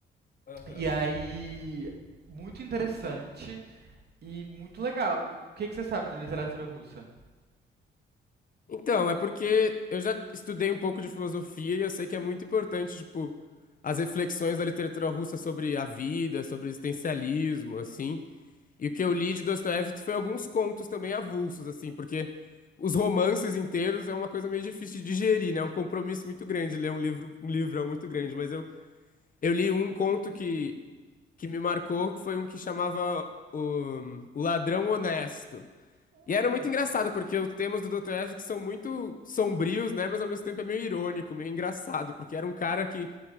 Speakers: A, on the left (about 45°); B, on the right (about 55°).
A: Aham.
B: E aí, muito interessante e muito legal. O que, que você sabe de literatura russa?
A: Então, é porque eu já estudei um pouco de filosofia e eu sei que é muito importante, tipo, as reflexões da literatura russa sobre a vida, sobre o existencialismo, assim. E o que eu li de Dostoiévski foi alguns contos também avulsos, assim, porque os romances inteiros é uma coisa meio difícil de digerir, né? É um compromisso muito grande ler um livro, um livrão muito grande. Mas eu, eu li um conto que, que me marcou, que foi um que chamava o, o Ladrão Honesto.
B: Olha,
A: E era muito engraçado, porque os temas do Dr. Evans são muito sombrios, né? Mas ao mesmo tempo é meio irônico, meio engraçado, porque era um cara que